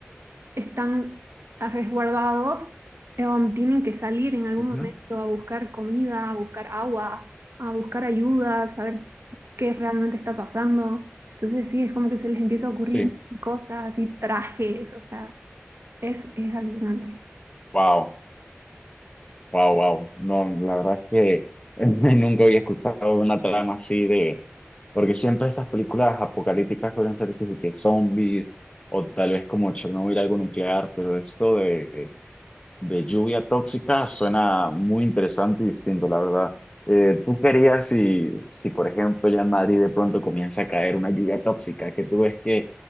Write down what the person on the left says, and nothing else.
ujú.
Sí,
wow. Wow, wow. No, la verdad es que <laughs> nunca había escuchado una trama así de, porque siempre estas películas apocalípticas suelen ser que, que zombies o tal vez como Chernobyl, algo nuclear, pero esto de, de lluvia tóxica suena muy interesante y distinto, la verdad. Eh, ¿tú querías si, si, por ejemplo, ya en Madrid de pronto comienza a caer una lluvia tóxica, que tú ves que